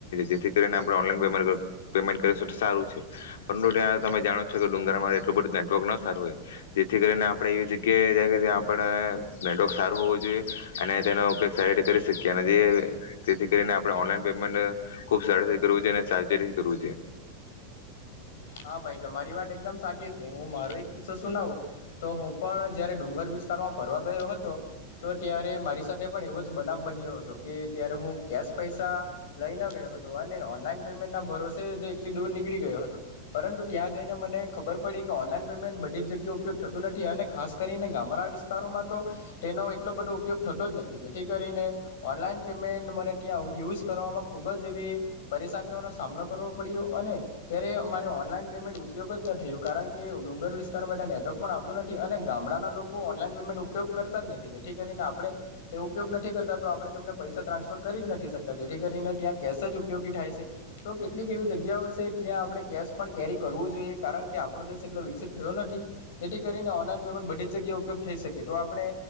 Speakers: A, on the left; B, on the left.
A: જેથી કરીને ઓનલાઈન પેમેન્ટ પેમેન્ટ કરી તો સારું છે પરંતુ ત્યાં તમે જાણો છો કે ડુંગરામાં એટલું બધું નેટવર્ક ન સારું હોય જેથી કરીને આપણેે એવી જગ્યાએ જાય કે ત્યાં આપ નેટવર્ક સારું હોવું જોઈએ અને તેનો ઉપયોગ સારી રીતે કરી શકીએ અને જેથી કરીને આપણે ઓનલાઈન પેમેન્ટ ખુબ સરળ રીતે કરવું જોઈએ સા કરું છે.
B: હા ભાઈ તમારી વાત એકદમ સાચી છે હું મારો એક કિસ્સો સુનાવું તો હું પણ જયારે ડુંગર વિસ્તારમાં ફરવા ગયો હતો તો ત્યારે મારી સાથે પણ એવો જ બનાવ બન્યો હતો કે ત્યારે હું કેશ પૈસા લઈ ન ગયો હતો અને ઓનલાઈન પેમેન્ટ ના ભરોસે જે એટલી દૂર નીકળી ગયો હતો. પરંતુ ત્યાં જઈને મને ખબર પડી કે ઓનલાઈન પેમેન્ટ બધી જ જગ્યાએ ઉપયોગ થતું નથી અને ખાસ કરીને ગામડા વિસ્તારોમાં તો તેનો એટલો બધો ઉપયોગ થતો જ નથી જેથી કરીને ઓનલાઈન પેમેન્ટ મને ત્યાં યુઝ કરવામાં ખૂબ જ એવી પરેશાનીઓનો સામનો કરવો પડ્યો અને ત્યારે મારે ઓનલાઈન પેમેન્ટ ઉપયોગ જ ન થયું કારણ કે ડુંગર વિસ્તાર માટે નેટવર્ક પણ આવતોું નથી અને ગામડાના લોકો ઓનલાઈન પેમેન્ટ ઉપયોગ કરતા જ નથી જેથી કરીને આપણે તે ઉપયોગ નથી કરતા તો આપણે તેમને પૈસા ટ્રાન્સફર કરી જ નથી શકતા જેથી કરીને ત્યાં કેશ જ ઉપયોગી થાય છે તો કેટલીક એવી જગ્યાઓ છે જ્યાં આપણે કેશ પણ કેરી કરવું જોઈએ કારણ કે આપણો દેશ એટલો વિકસિત થયો નથી જેથી કરીને ઓનલાઈન પેમેન્ટ બધી જ જગ્યાએ ઉપયોગ થઈ શકે તો આપણે